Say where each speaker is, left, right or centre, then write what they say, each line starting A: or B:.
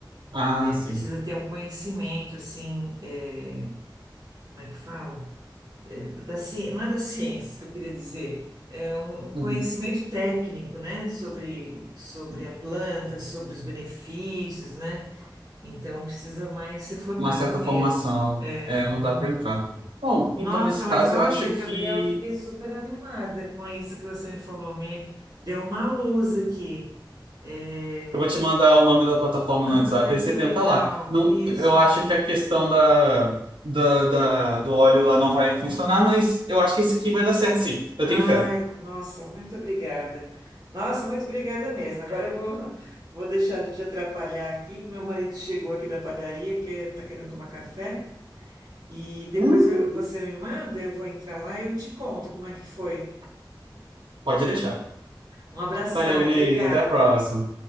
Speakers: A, on the right; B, on the right.
A: Ah, sim.
B: precisa ter um conhecimento, assim, é, como é que fala? É, da, ci- não é das ciências que eu queria dizer, é um um
A: Uhum.
B: conhecimento técnico, né? Sobre, sobre a planta, sobre os benefícios, né? Então, precisa mais ser formado
A: uma certa
B: mesmo.
A: formação,
B: É,
A: é, não
B: uhum.
A: dá para entrar. Bom,
B: Nossa,
A: então nesse
B: mas
A: caso
B: olha,
A: eu acho que
B: Gabriel, eu fiquei super animada com isso que você me falou, me deu uma luz aqui. É,
A: eu vou te mandar o nome da plataforma no
B: Ai,
A: WhatsApp e você
B: que legal,
A: tenta lá. Não,
B: isso.
A: eu acho que a questão da, da, da- do óleo lá não vai funcionar, mas eu acho que esse aqui vai dar certo sim. Eu
B: Ai,
A: tenho fé.
B: nossa, muito obrigada. Nossa, muito obrigada mesmo. Agora eu vou, vou deixar de te atrapalhar aqui, que meu marido chegou aqui da padaria, que está querendo tomar café. E depois
A: Uhum.
B: eu- você me manda, eu vou entrar lá e eu te conto como é que foi.
A: Pode deixar.
B: Um abração,
A: Valeu, Inês.
B: obrigada.
A: Até a próxima.